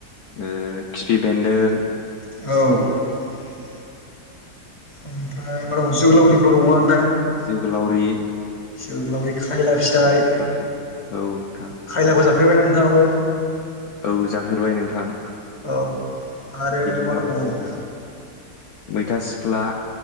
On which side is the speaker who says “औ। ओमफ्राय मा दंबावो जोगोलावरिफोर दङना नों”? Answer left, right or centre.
Left